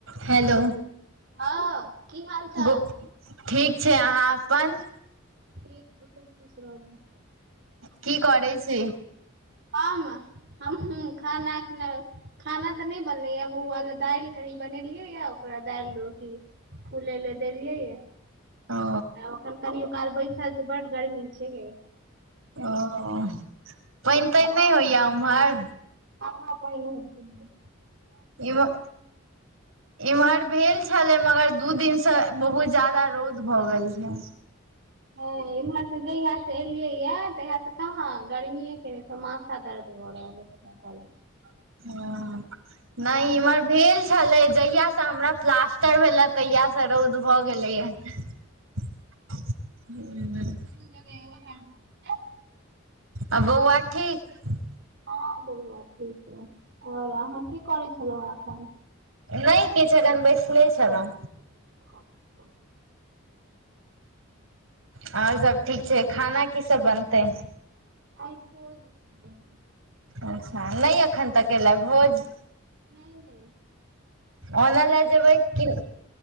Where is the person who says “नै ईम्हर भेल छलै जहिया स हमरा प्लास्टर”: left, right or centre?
Right